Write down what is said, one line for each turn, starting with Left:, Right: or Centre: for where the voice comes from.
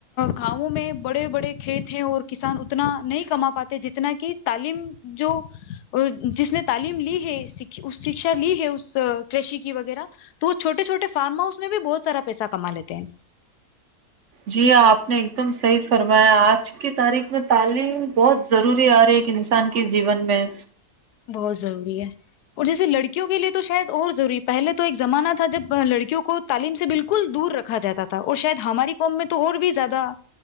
Left: گاؤوں میں بڑے بڑے کھیت ہیں اور کسان اتنا نہیں کما پاتے جتنا کہ تعلیم جو جس نے تعلیم لی ہے شکشا لی ہے اس کشی کی وغیرہ تو وہ چھوٹے چھوٹے فارم ہاؤس اس میں بھی بہت سارا پیسہ کما لیتے ہیں
Right: جی آپ نے ایک دم صحیح فرمایا آج کی تاریخ میں تعلیم بہت ضروری آ رہی ہے ایک انسان کے جیون میں
Left: بہت ضروری ہے اور جیسے لڑکیوں کے لیے تو شاید اور ضروری پہلے تو ایک زمانہ تھا جب لڑکیوں کو تعلیم سے بالکل دور رکھا جاتا تھا اور شاید ہماری قوم میں تو اور بھی زیادہ